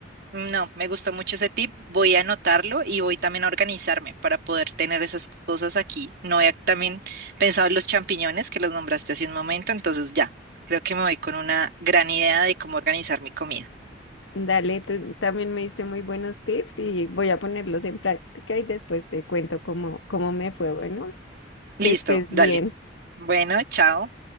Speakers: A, on the right; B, on the left.
A: mm, no, me gustó mucho ese tip. Voy a anotarlo y voy también a organizarme para poder tener esas cosas aquí. No había también pensado en los champiñones que los nombraste hace un momento, entonces ya, creo que me voy con una gran idea de cómo organizar mi comida.
B: dale, tú también me diste muy buenos tips y voy a ponerlos en práctica y después te cuento cómo, cómo me fue. Bueno,
A: Listo,
B: que estés
A: dale.
B: bien.
A: Bueno, chao.